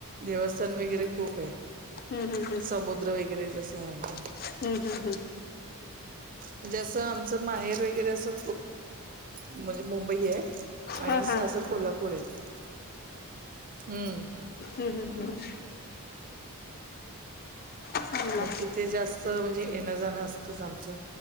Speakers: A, on the right (about 40°); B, on the left (about 40°).
A: देवस्थान वगैरे खूप आहे.
B: हम् हम् हम
A: समुद्र वगैरे जसं आहे.
B: हम् हम् हम्.
A: म्हणजे असं आमचं माहेर वगैरे असं म्हणजे मुंबई आहे. आणि
B: हा
A: सासर
B: हा
A: कोल्हापूर आहेत हम्म
B: हम् हम् हम् चांगला
A: मग तिथे जास्त म्हणजे येणं जाणं असतच आमचं